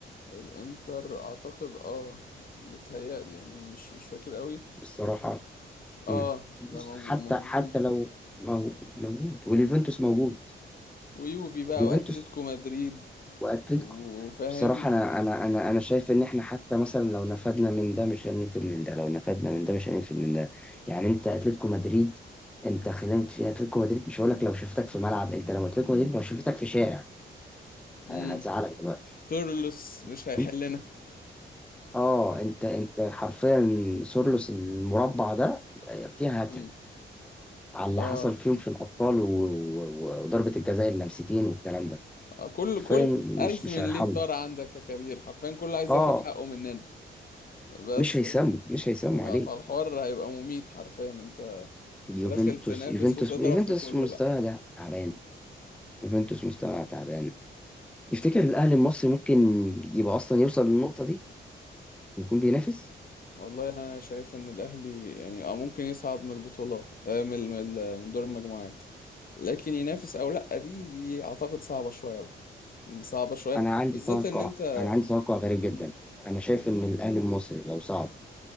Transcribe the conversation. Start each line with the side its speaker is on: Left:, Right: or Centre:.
Left: الانتر اعتقد اه بتهيألي يعني مش مش فاكر قوي
Centre: بصراحه
Left: اه
Centre: مم. بص
Left: ده موجو-
Centre: حتى
Left: موجودين
Centre: حتى لو مو- موجود واليوفنتوس موجود
Left: ويوفي بقى
Centre: اليوفنتوس
Left: واتلتيكو مدريد
Centre: واتلتيكو
Left: وفاهم
Centre: بصراحة أنا أنا أنا أنا شايف إن إحنا حتى مثلا لو نفدنا من ده مش هننفد من ده، لو نفدنا من ده مش هننفد من ده، يعني أنت أتلتيكو مدريد أنت خدمت في أتلتيكو مدريد مش هقول لك لو شفتك في ملعب، أنت لو أتلتيكو مدريد لو شفتك في شارع
Left: امم
Centre: هتزعلك دلوقتي،
Left: تورلوس مش
Centre: فاهم؟
Left: هيحلنا
Centre: أه أنت أنت حرفيا سورلوس المربع ده فيها هاتريك
Left: امم
Centre: على اللي
Left: اه
Centre: حصل فيهم في الأبطال و- و- وضربة الجزاء اللمستين والكلام ده،
Left: آه، كل
Centre: حرفيا
Left: كل ألف
Centre: مش مش
Left: من
Centre: هيرحمه،
Left: ليه طار عندك يا كبير حرفيا كل عايز
Centre: أه
Left: ياخد حقه مننا بس
Centre: مش هيسموا مش هيسموا
Left: ف-
Centre: عليه.
Left: فالحوار هيبقى مميت حرفيا انت
Centre: يوفنتوس
Left: تدخل تنافس
Centre: يوفنتوس
Left: وتضرب
Centre: يوفنتوس
Left: في كله
Centre: مستوى
Left: بقى
Centre: ده تعبان يوفنتوس مستوى تعبان تفتكر الاهلي المصري ممكن يبقى اصلا يوصل للنقطه دي ويكون بينافس
Left: والله أنا شايف إن الأهلي يعني آه، ممكن يصعد من البطولة آه، من من من دور المجموعات لكن ينافس أو لأ دي دي أعتقد صعبة شوية بقى يعني صعبة شوية
Centre: انا عندي
Left: بالذات
Centre: توقع
Left: إن أنت
Centre: انا عندي توقع غريب
Left: مم.
Centre: جدا انا شايف ان الاهلي المصري لو صعد